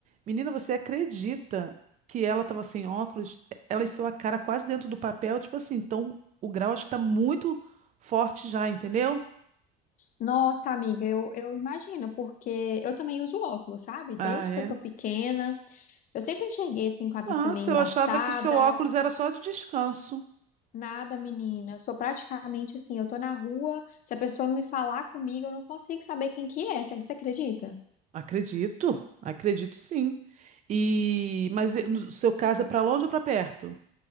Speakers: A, on the right; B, on the left.
A: Menina, você acredita que ela tava sem óculos? Ela enfiou a cara quase dentro do papel, tipo assim, então o grau acho que tá muito forte já, entendeu?
B: Nossa, amiga, eu, eu imagino, porque eu também uso óculos, sabe? Desde
A: Ah, é.
B: que eu sou pequena, eu sempre enxerguei assim com a vista
A: Nossa,
B: meio
A: eu
B: embaçada.
A: achava que o seu óculos era só de descanso.
B: Nada, menina. Eu sou praticamente assim, eu tô na rua, se a pessoa me falar comigo, eu não consigo saber quem que é. Você você acredita?
A: Acredito, acredito sim. E mas e- no seu caso é pra longe ou pra perto?